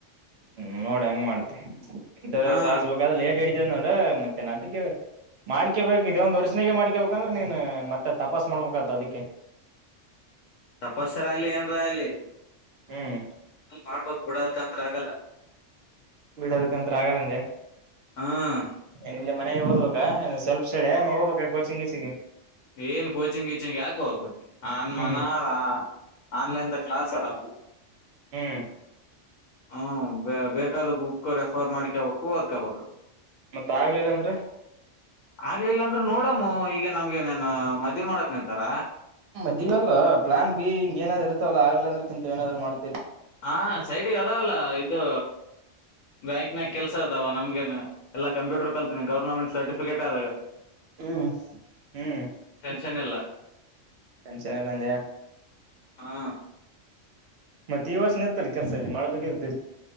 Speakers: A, on the right (about 65°); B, on the left (about 85°).
A: ಹ್ಮ್ ನೋಡ್ ಹಂಗ್ ಮಾಡ್ತಿ ಇಂತದ್ರಾಗ
B: ಹಾ
A: ಸಾಧಿಸಬೇಕಂದ್ರೆ ಲೇಟ್ ಇದ ನೋಡ ಮತ್ತೆ ನಂತ ಕೇಳ. ಮಾಡ್ಕೇಬೇಕು ಇದೇ ಒಂದ್ ಅರ್ಷಣೆಗೆ ಮಾಡ್ಕೇಬೇಕಂದ್ರೆ ನೀನ್ ಮತ್ತೆ ತಪಾಸ್ ಮಾಡ್ಬೇಕತ್ ಅದಕ್ಕೆ.
B: <inaudible> ತಪಸ್ಸರ ಅಲಿ ಏನ್ರ ಅಲ್ಲಿ
A: ಹ್ಮ್
B: ಮಾಡಬ. ಕೊಡೋದಕಂತ್ರ ಆಗಲ್ಲ.
A: ಬಿಡೋದಕ್ಕಂತ ಆಗಲ್ಲ ಅಂದೆ
B: ಹ್ಮ್
A: ನಿ ಮನೆಗೆ ಓದ್ಬೇಕ ಸೆಲ್ಫ್ ಏ ನ ಹೋಗಬೇಕ ಕೋಚಿಂಗ್ ಗೀಚಿಂಗ್ ಗೆ
B: ಏನ್ ಕೋಚಿಂಗ್ ಈಚಿಂಗ್ ಯಾಕೋ ಹೋಗೋತಿ ಅನ್
A: ಹ್ಮ್
B: ಮನಾರ ಆನ್ಲೈನ್ ಕ್ಲಾಸ್ ಅದವ
A: ಹ್ಮ್
B: ಹ್ಮ ಬೇಕಾದ ಬುಕ್ ರೆಫರ್ ಮಾಡಿಕ. ಕೂವದತ್ಕೋಬೇಕು
A: ಮತ್ತತ್ ಆಗ್ಲಿಲ್ಲ ಅಂದ್ರೆ.
B: ಆಗ್ಲಿಲ್ಲಾಂದ್ರ ನೋಡಮ್ಮ ಈಗ ನಮ್ಗೆ ನನ್ ಮದ್ವಿ ಮಾಡಕ್ ನಿಂತಾರ.
A: ಮದುವೆ ಅಲ್ಲ ಪ್ಲಾನ್ ಬಿ ಹಿಂಗ್ ಇರ್ತವಲ್ಲ ಆಗಲಿ ಅಂದ್ರೆತ ಏನಾದ್ ಮಾಡ್.
B: ಹಾ ಸೈಡಿಗೆ ಅದಾವಲ್ಲ ಇದು ಬ್ಯಾಂಕ್ನಾಗ ಕೆಲ್ಸ ಅದಾವ ನಮ್ಗೇನು. ಎಲ್ಲ ಕಂಪ್ಯೂರ್ ಕಲ್ತಿನಿ ಗೌರ್ಮೆಟ್ ಸರ್ಟಿಫಿಕೇಟ್ ಆದಾಗ.
A: ಹ್ಮ್ ಹ್ಮ್
B: ಚೆನ್ನಲ್ಲ
A: ಟೆನ್ಶನ್ ಎಲ್ಲ ಅಂದೆಯಾ.
B: ಹಾ
A: ಮತ್ತೆ ಈ ವರ್ಷ ಇರ್ತ್ತಲ್ಲ ಕೆಲಸದಲ್ಲಿ ಮಾಡ್ಬೇಕ